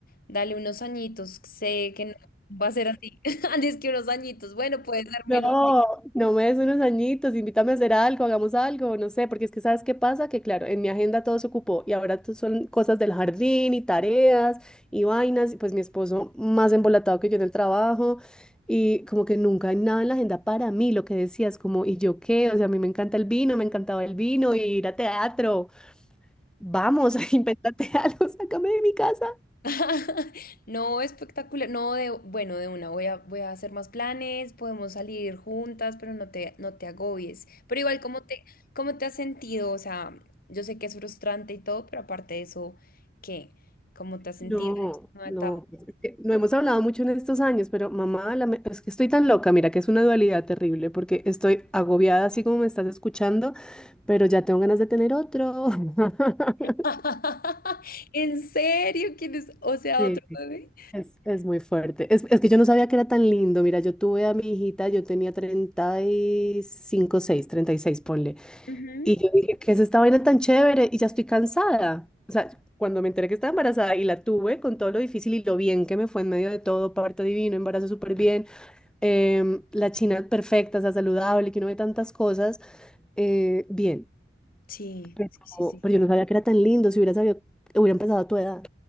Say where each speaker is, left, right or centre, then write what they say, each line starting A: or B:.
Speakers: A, on the left; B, in the centre.
A: dale unos añitos, sé que no va a ser así, <laughs> antes que unos añitos, bueno, puede ser menos.
B: No, no me des unos añitos, invítame a hacer algo, hagamos algo, no sé, porque es que sabes qué pasa, que claro, en mi agenda todo se ocupó y ahora to- son cosas del jardín y tareas y vainas, y pues mi esposo más embolatado que yo en el trabajo y como que nunca hay nada en la agenda para mí, lo que decías, como, ¿y yo qué? O sea, a mí me encanta el vino, me encantaba el vino, ir a teatro, vamos, <laughs> invéntate algo, sácame de mi casa.
A: <laughs> No, espectacular. No, de, bueno, de una, voy a, voy a hacer más planes, podemos salir juntas, pero no te, no te agobies. Pero igual, ¿cómo te, cómo te has sentido? O sea, yo sé que es frustrante y todo, pero aparte de eso, ¿qué? ¿Cómo te has sentido
B: No,
A: en esta nueva
B: no,
A: etapa?
B: es que no hemos hablado mucho en estos años, pero mamá, la me- es que estoy tan loca, mira que es una dualidad terrible, porque estoy agobiada así como me estás escuchando, pero ya tengo ganas de tener otro. <laughs>
A: <laughs> ¿En serio? ¿Quién es? O sea,
B: Sí,
A: otro bebé.
B: es, es muy fuerte. Es, es que yo no sabía que era tan lindo. Mira, yo tuve a mi hijita, yo tenía treinta y cinco, seis, treinta y seis, ponle.
A: Ujú.
B: Y yo dije, ¿qué es esta vaina tan chévere? Y ya estoy cansada. O sea, cuando me enteré que estaba embarazada y la tuve con todo lo difícil y lo bien que me fue en medio de todo, parto divino, embarazo súper bien, em, la china perfecta, o sea, saludable, que no ve tantas cosas, eh, bien.
A: Sí,
B: Pero,
A: sí, sí, sí.
B: pero yo no sabía que era tan lindo, si hubiera sabido, hubiera empezado a tu edad